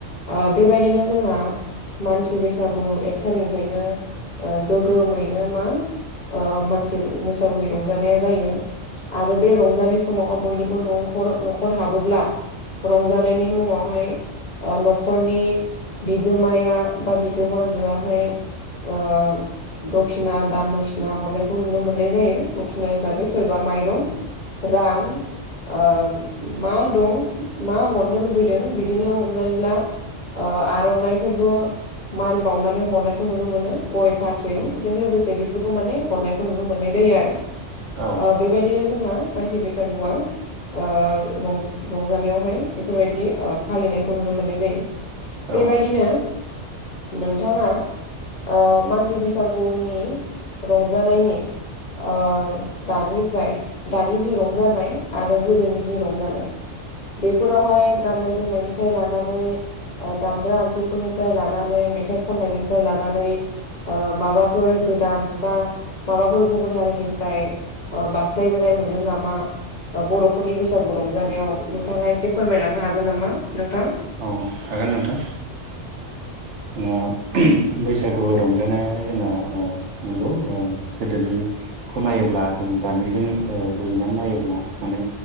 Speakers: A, on the left; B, on the right.
A: ओ बेबायदिनो जोंहा मानसि बैसागु एक थारिखनिफ्रायनो ओ गोगोमैनो मा ओ मानसि बैसागुनि रंजानाया जायो आरो बे रंजानाय समावहाय बयनिबो न न नखर नखर हाबोब्ला रंजानायनि मुङावहाय ओ नख खरनि बिगोमाया बा बिगोमाजोआहाय ओ दखिना दान दखिना हरनायखौ नुनो मोननाय जायो दखिना हिसाबै सोरबा माइरं रां ओ मा दं मा हरनो लुबैदों बिदिनो हमनानै ला आर'नाइफोरबो मान बावनानै हरनायखौ नुनो मोनो गय फाथै
B: औ
A: जों लोगोंसे बेफोरखौ माने हरनायखौ नुनो मोननाय जायो आरो,
B: औ
A: ओ बे बायदिनो जोंहा मानसि बैसागुआ ओ रं रंजानायावहाय बेफोरबायदि ओ फालिनायखौ नुनो मोननाय जायो
B: औ
A: बेबायदिनो नोंथाङा ओ मानसि बैसागुनि रंजानायनि ओ दानिफ्राय दानि जि रंजानाय आरो गोदोनि जि रंजानाय बेफोरावहाय गाननाय-जोमनायनिफ्राय लानानै ओ दामग्रा आगजुफोरनिफ्राय लानानै मेथाइ खननायनिफ्राय लानानै ओ माबाफोर गोदान बा माबाफोर गुबुन हारिनिफ्राय ओ बास्लायबोनाय नुदों नामा बर'फोरनि बैसागु रंजानायाव नोंथाङा एसे फोरमायलांनो हागोन नामा नोंथां?
B: औ हागोन नोंथां औ बैसागु रंजानायावहाय जोंना ओ नंगौ ओ गोदोनि खौ नायोब्ला जों दानिजों रुजुनानै नायोब्ला माने